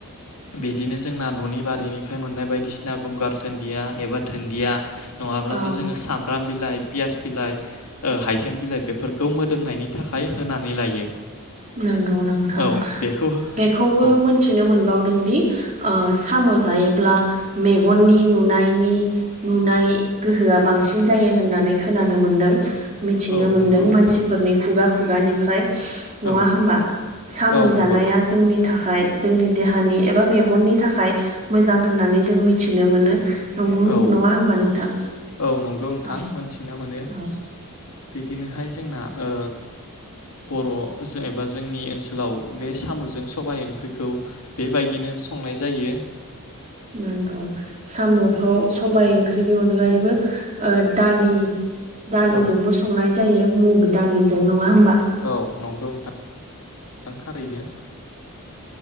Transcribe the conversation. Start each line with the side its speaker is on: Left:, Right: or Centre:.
Left: बिदिनो जोंना न'नि बारिनिफ्राय मोननाय बायदिसिना गंगार दन्दिया एबा दोनन्दिया नङाब्लाबो
Right: औ
Left: जोङो साम ब्राम बिलाइ पियास बिलाइ ओ हाइजें बिलाइ बेफोरखौ मोदोमनायनि थाखाय होनानै लायो।
Right: नंगौ नोंथां
Left: औ बेखौ हो
Right: बेखौबो
Left: औ
Right: मोनथिनो मोनबावदों दि ओ साम' जायोब्ला मेगननि नुनायनि नुनाय गोहोआ बांसिन जायो। होननानै खोनानो मोनदों मिथिनो
Left: औ
Right: मोनदों
Left: नंगौ नोंथां
Right: मानसिफोरनि खुगा खुगानिफ्राय नङा
Left: औ
Right: होमबा साम'
Left: औ नंगौ
Right: जानाया जोंनि थाखाय थाखाय जोंनि देहानि एबा मेगननि थाखाय मोजां होननानै जों मिथिनो मोनो। नंगौ
Left: औ
Right: नङा होनोमबा नोंथां
Left: औ नंगौ नोंथां
Right: औ
Left: मोनथिना मोनो
Right: औ।
Left: बिदिनोहाय जोंना ओ बर' एबा जोंनि ओनसोलाव बे साम'जों सबाय ओंख्रिखौ बेबायदिनो संनाय जायो
Right: नंगौ साम'खौ सबाय ओंख्रिनि अनगायैबो ओ दालि दालिजोंबो
Left: औ
Right: संनाय जायो मुग दालिजों नङा होमबा
Left: औ नंगौ नोंथां नों थारैनो